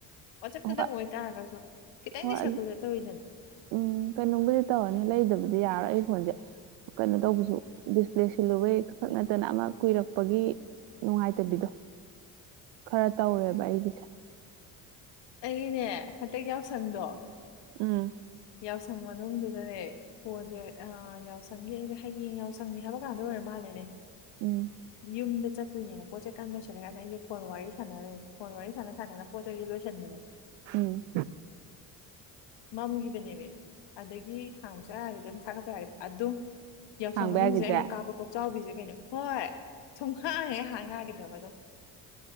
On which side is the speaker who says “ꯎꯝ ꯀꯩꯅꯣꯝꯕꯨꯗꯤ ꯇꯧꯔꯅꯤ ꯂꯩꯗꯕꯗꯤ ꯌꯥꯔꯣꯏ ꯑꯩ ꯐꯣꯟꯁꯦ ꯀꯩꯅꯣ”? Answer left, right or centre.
Right